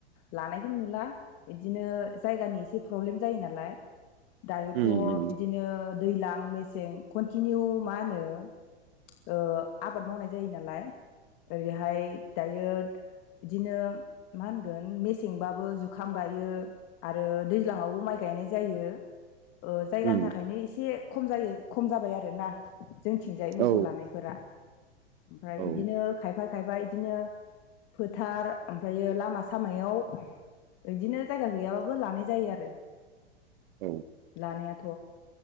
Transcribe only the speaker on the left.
लानायखौनो नुला बिदिनो जायगानि एसे प्रब्लेम जायो नालाय दायोथ'
इदिनो दैज्लां मेसें कन्टिनिउ मा होनो <unintelligible> ओ आबाद मावनाय जायो नालाय ओरैहाय दायो इदिनो मा होनगोन मेसेंबाबो जुखाम गायो आरो दैज्लाङावबो माइ गायनाय जायो। ओ जायगानि
थाखायनो एसे खम जायो खम जाबाय आरो ना। जोंथिंजाय मोसौ
<unintelligible> लानायफोरा ओमफ्राय
बिदिनो खायफा खायबा बिदिनो फोथार ओमफ्रायो लामा -सामायाव इदिनो जाया गैयाबाबो लानाय जायो आरो
लानायाथ'